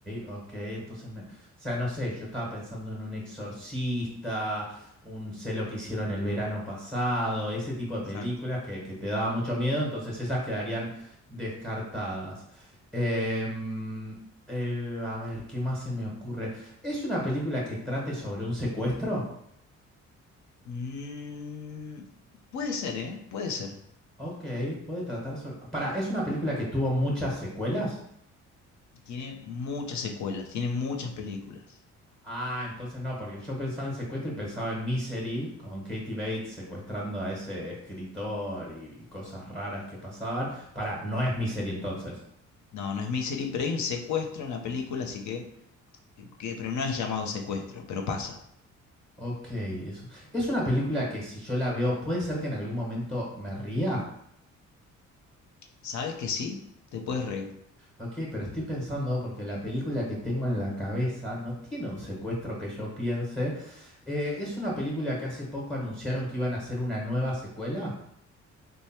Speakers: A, in the centre; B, on the left (about 70°).
A: ok, entonces me... O sea, no sé, yo estaba pensando en un exorcista, un sé lo que hicieron el verano pasado, ese tipo de películas
B: Exacto.
A: que, que te daba mucho miedo, entonces esas quedarían descartadas. Em, eh, a ver, ¿qué más se me ocurre? ¿Es una película que trate sobre un secuestro?
B: Mm, puede ser, ¿eh? Puede ser.
A: Ok, puede tratar sobre... Para, ¿es una película que tuvo muchas secuelas?
B: Tiene muchas secuelas, tiene muchas películas.
A: Ah, entonces no, porque yo pensaba en secuestro y pensaba en Misery, con Katie Bates secuestrando a ese escritor y, y cosas raras que pasaban. Para, no es Misery entonces.
B: No, no es Misery, pero hay un secuestro en la película, así que, eh, que- Pero no es llamado secuestro, pero pasa.
A: Ok, eso. Es una película que si yo la veo, puede ser que en algún momento me ría.
B: ¿Sabes que sí? Te puedes reír.
A: Ok, pero estoy pensando porque la película que tengo en la cabeza no tiene un secuestro que yo piense. Eh, ¿es una película que hace poco anunciaron que iban a hacer una nueva secuela?